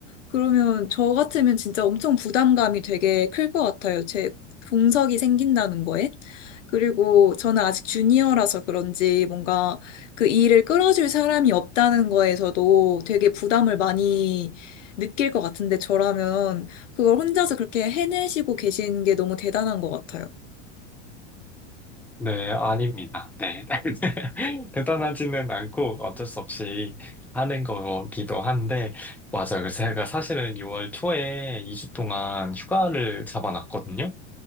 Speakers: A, on the left (about 85°); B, in the centre.
A: 그러면 저 같으면 진짜 엄청 부담감이 되게 클 것 같아요. 제 공석이 생긴다는 거에. 그리고 저는 아직 주니어라서 그런지 뭔가 그 일을 끌어줄 사람이 없다는 거에서도 되게 부담을 많이 느낄 것 같은데 저라면 그걸 혼자서 그렇게 해내시고 계신 게 너무 대단한 것 같아요.
B: 네, 아닙니다. 네. <laughs> 대단하지는 않고 어쩔 수 없이 하는 거기도 한데, 맞아요. 그래서 제가 사실은 6월 초에 2주 동안 휴가를 잡아놨거든요.